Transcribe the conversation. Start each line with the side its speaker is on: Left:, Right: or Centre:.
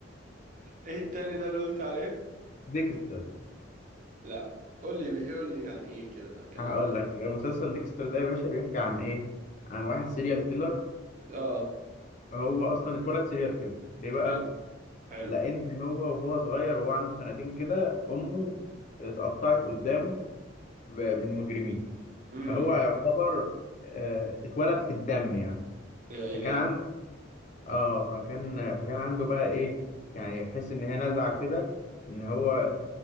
Right: ايه التاني ده اللي قلت عليه
Left: <laughs> ديكستر
Right: لا قول لي قول لي عن ايه كده كلمني
Left: هقول لك مسلسل ديكستر ده يا باشا بيحكي عن ايه عن واحد سيريال كيلر
Right: اه
Left: هو اصلا اتولد سيريال كيلر ليه بقى
Right: حلو حلو
Left: لان هو وهو صغير وهو عنده سنتين كده امه اتقطعت قدامه ب- من مجرمين
Right: امم
Left: فهو يعتبر آه، اتولد في الدم يعني
Right: يا الهي
Left: فكان اه فكان فكان عنده بقى ايه يعني يحس ان هي نزعه كده ان هو